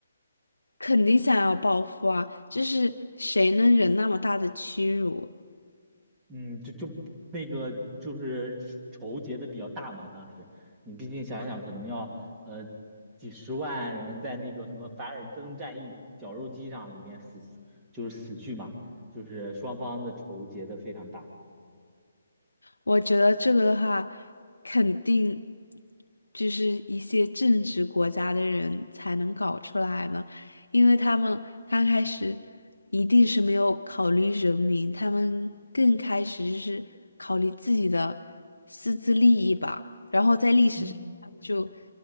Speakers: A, on the left; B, on the right.
A: 肯定想要报复啊，这是谁能忍那么大的屈辱？
B: 嗯，就就那个就是仇结的比较大嘛，当时你毕竟想想，可能要呃几十万人在那个什么凡尔登战役绞肉机上里面死，就是死去嘛，就是双方的仇结的非常大。
A: 我觉得这个的话，肯定就是一些正直国家的人才能搞出来呢，因为他们刚开始一定是没有考虑人民，他们更开始就是考虑自己的私自利益吧，然后在历史上他们就
B: 嗯